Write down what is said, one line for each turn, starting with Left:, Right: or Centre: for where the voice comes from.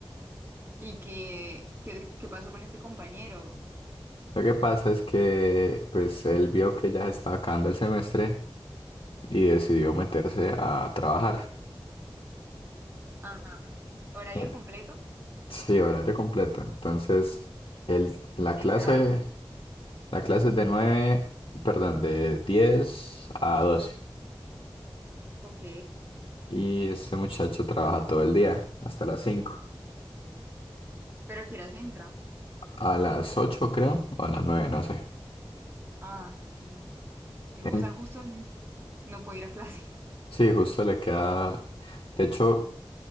Right: ¿Y qué, qué, qué pasó con este compañero?
Left: Lo que pasa es que pues él vio que ya se estaba acabando el semestre y decidió meterse a trabajar.
Right: Ah, horario
Left: Eh,
Right: completo.
Left: Sí, horario completo. Entonces, el, la
Right: Pesado,
Left: clase,
Right: ¿no?
Left: la clase es de nueve perdón, de 10 a doce
Right: Ok.
Left: Y este muchacho trabaja todo el día, hasta las cinco,
Right: ¿Pero a qué horas entra?
Left: A las 8 creo, o a las 9 no sé.
Right: Ah, sí.
Left: En-
Right: O sea, justo no puedo ir a clase. <laughs>
Left: Sí, justo le queda... De hecho,